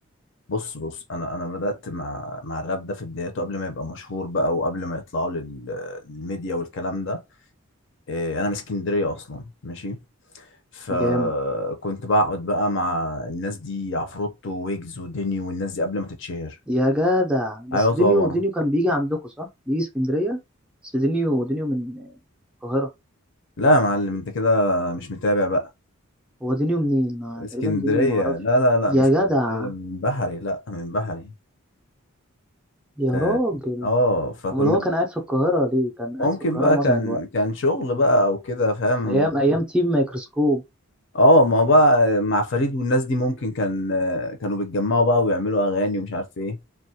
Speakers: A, on the left; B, in the centre.
A: بص بص انا انا بدات مع مع الراب ده في بدايته قبل ما يبقى مشهور بقى وقبل ما يطلعوا لل- للميديا والكلام ده إيه، انا من اسكندريه اصلا ماشي فكنت
B: جامد
A: بقعد بقى مع الناس دي عفروتو ويجز وديني والناس دي قبل ما تتشهر
B: يا جدع بس
A: ايوه طبعا
B: دينيو دينيو كان بيجي عندكم صح بيجي اسكندرية بس دينيو دينيو من القاهرة
A: لا يا معلم انت كده مش متابع بقى
B: هو دينيو منين أنا
A: اسكندريه
B: تقريبا دينيو معرفش
A: لا لا لا
B: يا
A: من اسكندريه
B: جدع
A: من بحري لا من بحري
B: يا
A: اه
B: راجل
A: آه، فكنا
B: امال هو كان قاعد في القاهرة ليه كان قاعد
A: ممكن
B: في القاهرة
A: بقى
B: معظم
A: كان
B: الوقت
A: كان شغل بقى او كده فاهم الموضوع
B: ايام ايام تيم مايكروسكوب
A: اه ما هو بقى مع فريد والناس دي ممكن كان كانوا بيتجمعوا بقى ويعملوا اغاني ومش عارف ايه